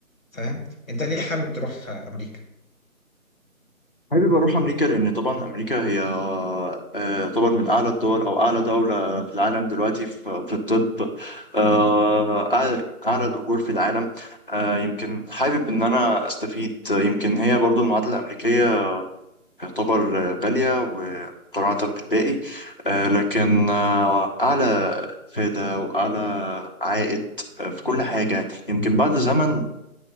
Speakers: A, on the left; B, on the left.
A: فاهم انت ليه حابب تروح آه، امريكا
B: حابب اروح امريكا لان طبعا امريكا هي آه، تعتبر من اعلى الدول او اعلى دوله في العالم دلوقتي في في الطب آه، أعلى أعلى الاجور في العالم آه، يمكن حابب ان انا استفيد آه، يمكن هي برضو المعادله الامريكيه تعتبر آه، غاليه ومقارنه بالباقي آه، لكن آه، اعلى افاده واعلى عائد آه، في كل حاجه يمكن بعد زمن